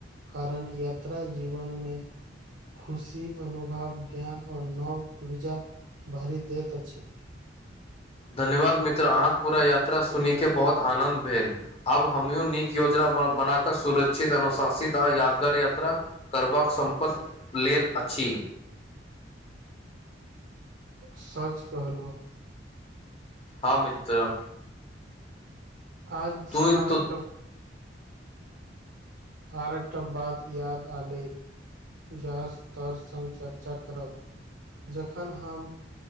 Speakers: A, on the right; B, on the left.
A: कारण यात्रा जीवन में खुशी अनुभव ज्ञान आ नव ऊर्जा भरि देैत अछि
B: धन्यवाद मित्र अहाँके पूरा यात्रा सुन के बहुत आनन्द भेल आब हमो नीक योजना बना क सुरक्षित अनुशासित आ यादगार याता करबाक सम्पति लेल अछि
A: सच कहलो
B: हँ मित्र
A: आज
B: तू
A: आर
B: तो
A: एकटम <unintelligible> आरकटा बाद याद आलै जहस तर सङ्ग चर्चा करब जखन हम